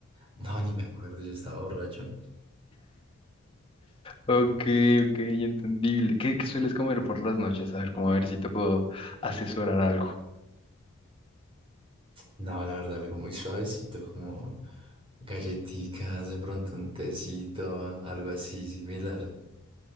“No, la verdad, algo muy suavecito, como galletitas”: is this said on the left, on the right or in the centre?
Right